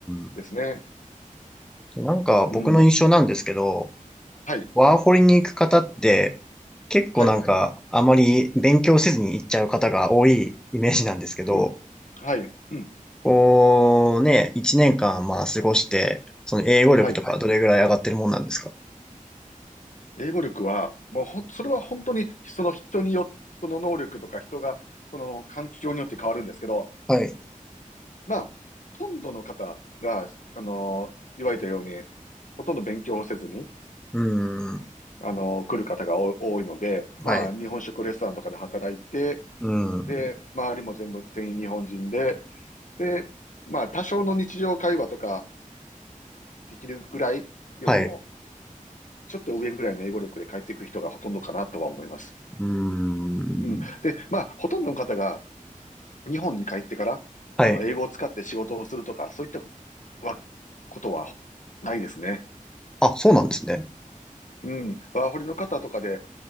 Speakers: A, in the centre; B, on the left.
A: ん。
B: ですね。
A: でなんか僕の印象なんですけど、
B: うん。はい。
A: ワーホリに行く方って、結構なんか、
B: はい。
A: あまり勉強せずに行っちゃう方が多いイメージなんですけど、
B: うん。はい。うん。
A: こうね、一年間まあ過ごして、その英語力とかどれぐらい上がってるもんなんですか
B: はい。英語力は、もうほん、それは本当にその人によ、人の能力とか人が、その環境によって変わるんですけど、
A: はい。
B: まあ、ほとんどの方が、あの、言われたように、ほとんど勉強をせずに、
A: うーん。
B: あの、来る方がお多いので、まあ、
A: はい。
B: 日本食レストランとかで働いて、
A: うーん。
B: で、周りも全部、全員日本人で、で、まあ、多少の日常会話とかできるぐらいよりも、
A: はい。う
B: ちょっと上ぐらいの英語力で帰ってくる人がほとんどかなとは思います。
A: ーん。
B: うん。で、まあ、ほとんどの方が日本に帰ってから、
A: はい。
B: あの、英語を使って仕事をするとか、そういったこはことはないですね。
A: あ、そうなんですね。
B: うん。ワーホリの方とかで、